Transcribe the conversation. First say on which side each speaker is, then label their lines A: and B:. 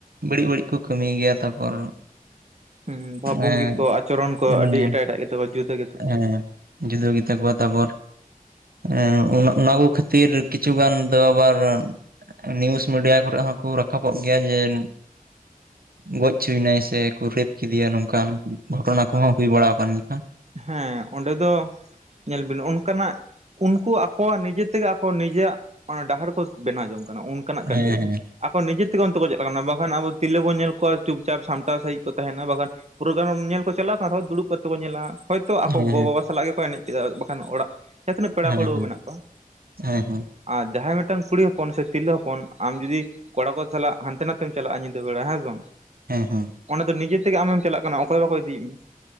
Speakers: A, on the right; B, on the right.
A: ᱵᱟᱹᱲᱤᱜ - ᱵᱟᱹᱲᱤᱜ ᱠᱩ ᱠᱟᱹᱢᱤᱭ ᱜᱤᱭᱟ ᱛᱟᱯᱚᱨ,
B: ᱦᱩᱸ ᱵᱷᱟᱵᱽ ᱵᱩᱚᱝᱜᱤ
A: ᱮᱸ
B: ᱠᱚ ᱟᱪᱚᱨᱚᱱ ᱠᱚ
A: ᱦᱮᱸ
B: ᱟᱹᱰᱤ ᱮᱴᱟᱜ - ᱮᱴᱟᱜ ᱜᱮᱛᱟ ᱠᱚᱣᱟ ᱡᱩᱫᱟᱹ ᱜᱮᱛᱟ ᱠᱚᱣᱟ᱾
A: ᱦᱮᱸ ᱡᱩᱫᱟᱹ ᱜᱮᱛᱟ ᱠᱚᱣᱟ ᱛᱟᱯᱚᱨ, ᱮᱸ ᱩᱱ ᱚᱱᱟ ᱠᱚ ᱠᱷᱟᱹᱛᱤᱨ ᱠᱤᱪᱷᱩ ᱜᱟᱱ ᱫᱚ ᱟᱵᱟᱨ ᱱᱤᱭᱩᱥ ᱢᱤᱰᱤᱭᱟ ᱠᱚᱨᱮᱜ ᱦᱚᱸᱠᱚ ᱨᱟᱠᱟᱵᱚᱜ ᱜᱮᱭᱟ ᱡᱮᱱ, ᱜᱚᱡ ᱪᱩᱭᱮᱱᱟᱭ ᱥᱮ ᱠᱳ ᱨᱮᱯ ᱠᱮᱫᱮᱭᱟ ᱱᱚᱝᱠᱟᱱ ᱜᱷᱚᱴᱚᱱᱟ ᱠᱚᱦᱚᱸ ᱦᱳᱭ ᱵᱟᱲᱟ ᱟᱠᱟᱱ ᱜᱮᱭᱟ᱾
B: ᱦᱮᱸ ᱚᱸᱰᱮ ᱫᱚ ᱧᱮᱞ ᱵᱤᱱ ᱚᱱᱠᱟᱱᱟᱜ, ᱩᱱᱠᱩ ᱟᱠᱚᱣᱟᱜ ᱱᱤᱡᱮ ᱛᱮᱜᱮ ᱟᱠᱚ ᱱᱤᱡᱮᱨᱭᱟᱜ ᱰᱟᱦᱟᱨ ᱠᱚ ᱵᱮᱱᱟᱣ ᱡᱚᱝ ᱠᱟᱱᱟ ᱚᱱᱠᱟᱱᱟᱜ ᱠᱟᱹᱢᱤ
A: ᱦᱮᱸ
B: ᱨᱮ᱾ ᱟᱠᱚ ᱱᱤᱡᱮ ᱛᱮᱜᱮ ᱚᱱᱛᱮ ᱠᱚ ᱪᱟᱞᱟᱜ ᱠᱟᱱᱟ ᱵᱟᱠᱷᱟᱱ ᱟᱵᱚ ᱛᱤᱨᱞᱟᱹ ᱵᱚ ᱧᱮᱞ ᱠᱚᱣᱟ ᱪᱩᱯ - ᱪᱟᱯ ᱥᱟᱢᱴᱟᱣ ᱥᱟᱟᱹᱦᱤᱡ ᱠᱚ ᱛᱟᱦᱮᱱᱟ ᱵᱟᱠᱷᱟᱱ ᱯᱨᱳᱜᱨᱟᱢ ᱧᱮᱞ ᱠᱚ ᱪᱟᱞᱟᱜ ᱠᱟᱱ ᱨᱮᱦᱚᱸ ᱫᱩᱲᱩᱵ ᱠᱟᱛᱮ ᱠᱚ ᱧᱮᱞᱟ᱾ ᱦᱳᱭᱛᱳ ᱟᱠᱚ
A: ᱦᱮᱸ
B: ᱜᱚᱼᱵᱟᱵᱟ ᱥᱟᱞᱟᱜ ᱜᱮᱠᱚ ᱮᱱᱮᱡ ᱠᱮᱫᱟ ᱵᱟᱠᱷᱟᱱ ᱚᱲᱟᱜ ᱡᱟᱦᱟᱸ ᱛᱤᱱᱟᱹᱜ ᱯᱮᱲᱟ
A: ᱦᱮᱸ
B: ᱯᱟᱹᱲᱣᱟᱹ
A: ᱦᱮᱸ ᱦᱮᱸ
B: ᱢᱮᱱᱟᱜ ᱠᱚᱣᱟ᱾
A: ᱦᱮᱸ ᱦᱮᱸ
B: ᱟᱨ ᱡᱟᱦᱟᱸᱭ ᱢᱤᱫᱴᱟᱝ ᱠᱩᱲᱤ ᱦᱚᱯᱚᱱ ᱥᱮ ᱛᱤᱨᱞᱟᱹ ᱦᱚᱯᱚᱱ ᱟᱢ ᱡᱩᱫᱤ ᱠᱚᱲᱟ ᱠᱚ ᱥᱟᱞᱟᱜ ᱦᱟᱱᱛᱮ ᱱᱟᱛᱮᱢ ᱪᱟᱞᱟᱜᱼᱟ ᱧᱤᱫᱟᱹ ᱵᱮᱲᱟ ᱦᱮᱸ ᱥᱮ ᱵᱟᱝ?
A: ᱦᱩᱸ- ᱦᱩᱸ,
B: ᱚᱱᱟ ᱫᱚ ᱱᱤᱡᱮ ᱛᱮᱜᱮ ᱟᱢᱮᱢ ᱪᱟᱞᱟᱜ ᱠᱟᱱᱟ ᱚᱠᱚᱭ ᱦᱚ ᱵᱟᱠᱚ ᱤᱫᱤᱭᱮᱜ ᱢᱮᱭᱟ᱾